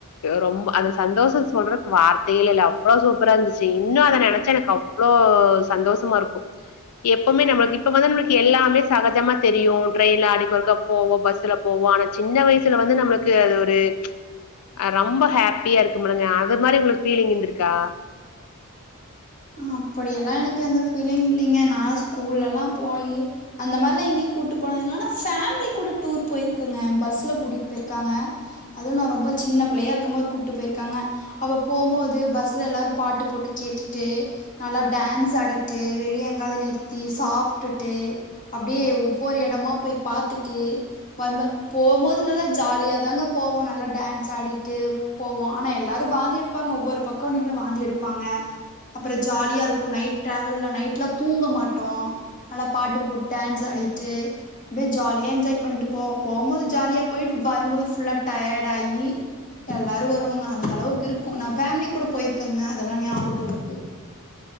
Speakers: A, on the left; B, on the left.
A: ரொம்ப அந்த சந்தோஷம் சொல்றதுக்கு வார்த்த இல்ல சூப்பரா இருந்துச்சு இன்னும் அத நினைக்கும் போது அப்போ சந்தோஷமா இருக்கும் எப்பவுமே நம்மளுக்கு இப்ப வந்து நம்மளுக்கு எல்லாமே சகஜமா தெரியும் ட்ரெயின்ல அடிக்க ஒருக்கா போவோம் பஸ்ல போவோம் ஆனா சின்ன வயசுல வந்து நம்மளுக்கு அது ஒரு ஆஹ ரொம்ப ஹாப்பியா இருக்கும்லங்க அது மாதிரி உங்களுக்கு பீலிங் இருந்திருக்கா
B: அப்படியெல்லாம் எனக்கு எந்த பீலிங் இல்லைங்க நான் ஸ்கூல்ல எல்லாபோயி அந்த மாதிர எல்லா எங்கயேயும் கூட்டு போனதிலங்க ஃபேமிலி கூட டூர் போயிருக்கங்க பஸ்ல கூட்டிட்டு போயிருக்காங்க அதுவுநான் ரொம்ப சின்ன பிள்ளையா இருக்கு போது கூட்டிட்டு போயிருக்காங்க அப்ப போம் போது பஸ்ல எல்லாரும் பாட்டு போட்டு கேட்டுட்டு நல்லா டான்ஸ் ஆடிட்டு வெளியே எங்காவது நிறுத்தி சாப்பிட்டுட்டு அப்படியே ஒவ்வொரு இடமா போய் பார்த்துட்டு வரும் போம் போது நல்லா ஜாலியாக தாங்க போவோம் நல்லா டான்ஸ் ஆடிகிட்டு போவோம் ஆனால் எல்லாரும் வாந்தி எடுப்பாங்க ஒவ்வொரு பக்கம் நின்று வாந்தி எடுப்பாங்க அப்புறம் ஜாலியா இருக்கும் நைட ட்ராவெல்ல நைட்ல தூங்க மாட்டோம் நல்லா பாட்டு போட்டு டான்ஸ் ஆடிட்டு அப்படியே ஜாலியா என்ஜாய் பண்ணிட்டு போவோம் போகும் போது ஜாலியா போயி்ட்டு வரும் போது புல்லா அ டயர்ட் ஆகி எல்லாரும் வருவோங்க அந்த அளவுக்கு இருக்கும் நான்பேமிலி கூட போயிருக்கேங்க அதெல்லாம் ஞாபக கருத்து